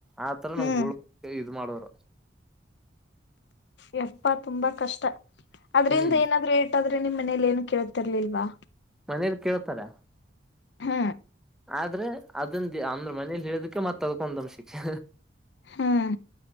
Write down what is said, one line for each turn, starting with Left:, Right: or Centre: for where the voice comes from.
Centre: ಆತರ
Left: ಹ್ಮ್
Centre: ನಮ್ ಹೂಳ್ <unintelligible> ಇದ್ ಮಾಡ <unintelligible>
Left: ಯಪ್ಪಾ ತುಂಬಾ ಕಷ್ಟ. ಅದ್ರಿಂದ
Centre: ಹ್ಮ್
Left: ಏನಾದ್ರೂ ಏಟ್ ಆದ್ರ್ ಅಂದ್ರೆ ನಿಮ್ ಮನೇಲಿ ಏನು ಕೇಳತರ್ಲಿಲ್ವಾ?
Centre: ಮನೇಲ್ ಕೇಳ್ತಾರ
Left: ಹ್ಮ್
Centre: ಆದ್ರೆ ಅದನ್ ದ ಅಂದ್ರ ಮನೇಲಿ ಹೇಳುದಕ್ಕೆ ಮತ್ ಅದಕ್ಕೊಂದ್ ನಮಗ್ ಶಿಕ್ಷೆ
Left: ಹಾಂ